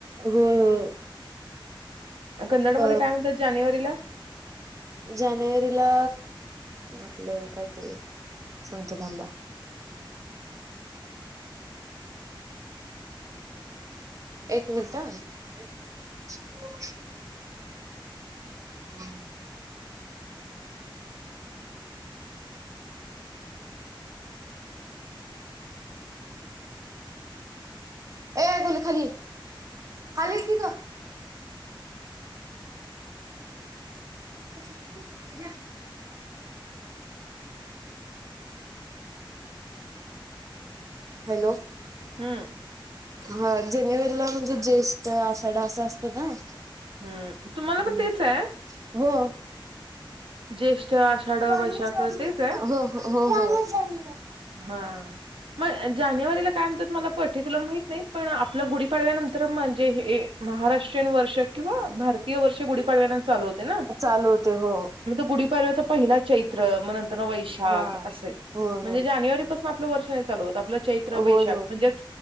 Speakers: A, on the right (about 40°); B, on the right (about 85°).
A: होय होय
B: कन्नड
A: प
B: मध्ये काय म्हणतात जानेवारीला?
A: जानेवारीला आपलं काय ते सागतो थांबा एक मिनटं हो हम्म. ए गोली खाली ये खाली ये की ग च हॅलो.
B: हम्म.
A: हा जानेवारीला म्हणजे ज्येष्ठ आषाढा असं असताना ना
B: हम्म तुम्हाला
A: हम्
B: पण तेच आहे
A: हो
B: ज्येष्ठ आषाढ
A: हो
B: वैशाख तेच आहे
A: हो हो
B: हा हो जानेवारीला काय म्हणतात मला पर्ट्युलर माहीत नाही पण आपल्या गुडी सर्वात महत्त्वाचं तर म्हणजे हे महाराष्ट्रीयन वर्ष किंवा महाराष्ट्रीयन वर्ष गुढीपाडव पासुन चालू होते ना
A: चालू होते हो
B: गुढीपाव्या पहिला चैत्र मग नंतर वैशाख
A: हा
B: असे
A: होय
B: म्हणजे जानेवारीपासून आपले वर्ष नाही चालू होत आपलं चैत्र
A: होय
B: वैशाख म्हणजे